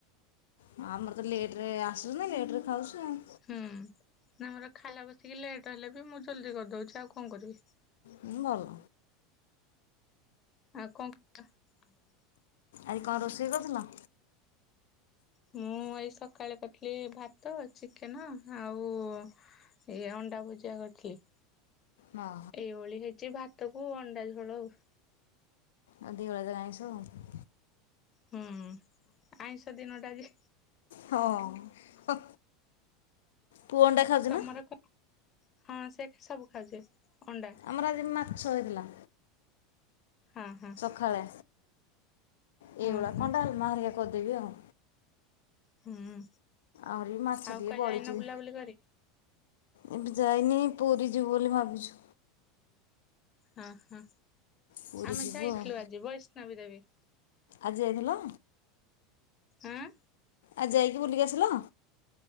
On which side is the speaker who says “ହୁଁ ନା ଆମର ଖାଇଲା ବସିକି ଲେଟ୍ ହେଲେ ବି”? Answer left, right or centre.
Left